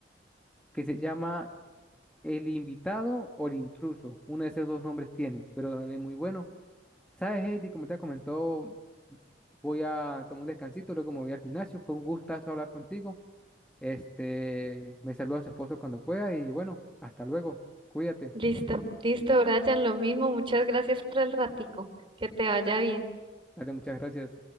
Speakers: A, in the centre; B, on the right (about 30°).
A: que se llama El Invitado o El Intruso. Uno de esos dos nombres tiene, pero también es muy bueno. ¿Sabes, Heidi? Como te comentó, voy a tomar un descansito, luego me voy al gimnasio. Fue un gustazo hablar contigo. Este, me saluda a su esposo cuando pueda y bueno, hasta luego. Cuídate.
B: Listo, listo, Brian, lo mismo. Muchas gracias por el ratico. Que te vaya bien.
A: Dale, muchas gracias.